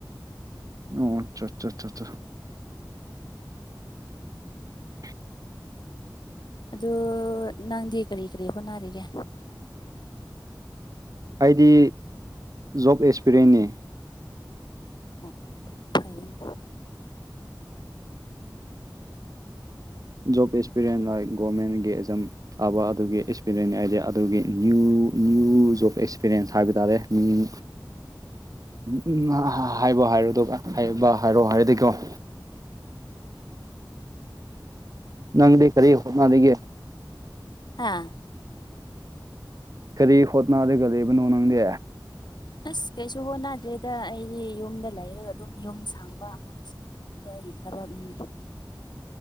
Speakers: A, on the right (about 50°); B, on the left (about 65°).
A: ꯑꯣ ꯑꯆꯥ ꯆꯥꯆꯥꯆꯥ <inaudible>
B: ꯑꯗꯨ ꯅꯪꯗꯤ ꯀꯔꯤ ꯀꯔꯤ ꯍꯣꯠꯅꯔꯤꯒꯦ꯫
A: ꯑꯩꯗꯤ ꯖꯣꯕ ꯑꯦꯁꯄꯤꯔꯦꯟꯅꯤ꯫
B: ꯑꯣ ꯐꯩꯅꯦ
A: ꯖꯣꯕ ꯑꯦꯁꯄꯤꯔꯦꯟ ꯂꯥꯏꯛ ꯒꯣꯔꯃꯦꯟꯒꯤ ꯑꯦꯛꯖꯝ ꯊꯥꯕ ꯑꯗꯨꯒꯤ ꯑꯦꯁꯄꯤꯔꯦꯟꯅꯤ ꯍꯥꯏꯗꯤ ꯑꯗꯨꯒꯤ ꯅꯌ꯭ꯨ ꯅꯌ꯭ꯨ ꯖꯣꯕ ꯑꯦꯁꯄꯤꯔꯦꯟꯁ ꯍꯥꯏꯕ ꯇꯥꯔꯦ꯫ ꯎꯝ ꯎꯝꯉꯥ ꯍꯥꯏꯕ ꯍꯥꯏꯔꯣꯗꯣ ꯍꯥꯏꯕ ꯍꯥꯏꯔꯣ ꯍꯥꯏꯔꯗꯤꯀꯣ ꯫ ꯅꯪꯗꯤ ꯀꯔꯤ ꯍꯣꯠꯅꯔꯤꯒꯦ꯫
B: ꯍꯥꯥ
A: ꯀꯔꯤ ꯍꯣꯠꯅꯔꯒ ꯂꯩꯕꯅꯣ ꯅꯪꯗꯤ꯫
B: ꯑꯁ ꯀꯩꯁꯨ ꯍꯣꯠꯅꯗ꯭ꯔꯦꯗ ꯑꯩꯗꯤ ꯌꯨꯝꯗ ꯂꯩꯔꯒ ꯗꯨꯝ ꯌꯨꯝ ꯁꯥꯡꯕ ꯑꯉꯥꯡꯁꯤꯡ ꯕ ꯑꯩꯒꯤ ꯊꯕꯛꯅꯤ